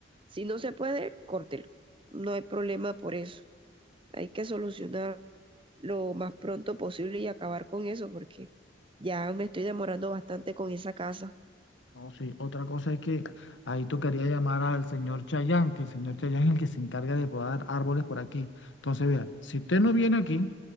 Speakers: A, on the right; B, on the left.
A: Si no se puede, córtelo. No hay problema por eso. Hay que solucionar lo más pronto posible y acabar con eso porque ya me estoy demorando bastante con esa casa.
B: No, sí. Otra cosa es que ahí tocaría llamar al señor Chayán, que el señor Chayán es el que se encarga de podar árboles por aquí. Entonces, vea, si usted no viene aquí,